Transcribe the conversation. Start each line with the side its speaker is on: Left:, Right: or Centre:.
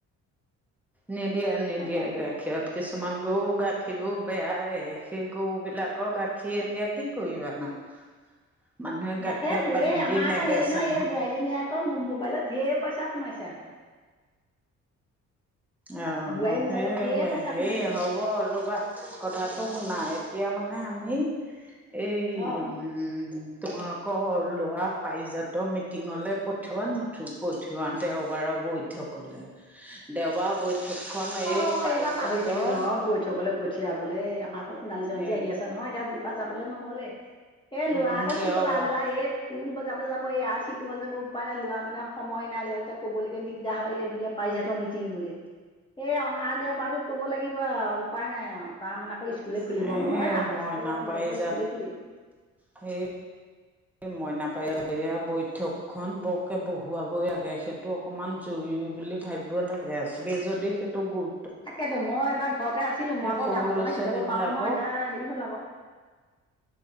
Centre: নিদিয়ে নিদিয়ে
Left: তাকেতো
Centre: গাখীৰত কিছুমান গৰু গাখীৰবোৰ বেয়াই সেই গৰুবিলাকৰ গাখীৰ এতিয়া কি কৰিবানো। <unintelligible> মানুহে
Left: তাকেটো
Centre: গাখীৰত পানী
Left: এই আমাৰ
Centre: দি নেবেচে
Left: আকৌ হেৰি নহয় এই বোৱাৰীজনীৰ আকৌ মোবাইলত ঢেৰ পইচা সোমাইছে আকৌ।
Centre: অহ
Left: বোৱাৰী মোবাইলত
Centre: সেই
Left: ঢেৰ
Centre: -
Left: পইচা
Centre: সেৰি
Left: সোমাইছে
Centre: হব ৰ'বা কথাটো শুনা এতিয়া মানে আমি এই
Left: অ
Centre: মম তোমালোকৰ ল'ৰা পাইিজাত মিটিঙলৈ পঠিওৱা নথ পঠিওৱা দেওবাৰ বৈ ঠকলে দেওবাৰ বৈঠকখন এই
Left: অ
Centre: পাৰিজাতৰ
Left: এইবাৰ পাহৰি থাকিল নহয় বৈঠকলে পঠিয়াবলে আমাৰ আকৌ সোণালী জয়ন্তী
Centre: এ
Left: আহি আছে নহয় এতিয়া যাবলৈ নহলে এই লৰা
Centre: উম
Left: আকৌ
Centre: দেওবাৰ
Left: কি কবা লৰা এই খোল বজাবলৈ যাব এই আৰ্ট শিকিবলৈ যাব উপায় নাই লোৱা মানে সময় নাই ল এতিয়া ক'বলৈকে দিগদাৰ হয় এই বোলে পাৰিজাতৰ বুলি এই অহা দেওবাৰটোত ক'ব লাগিব আৰু উপায় নাই আৰু তাৰ মানে আকৌ স্কুলে খুলিব
Centre: এ
Left: নহয় আগষ্টৰ
Centre: মইনা
Left: তিনি
Centre: পাৰিজাত
Left: তাৰিখ পৰা স্কুলে খুলিব।
Centre: সেই মইনা পাৰিজাতৰ বৈঠকখন বৰকে বহুৱাব লাগে সেইটো অকণমান জৰুৰী বুলি ভাবিব লাগে সবে যদি সেইটো গ
Left: তাকেতো মই এবাৰ ঘৰতে আছিলো মই আকৌ
Centre: সৰু
Left: গান বাজনা
Centre: ল'ৰা ছোৱালী
Left: শিকাব
Centre: বিলাকক
Left: পাৰো নহয় তাৰ হেৰি হল আকৌ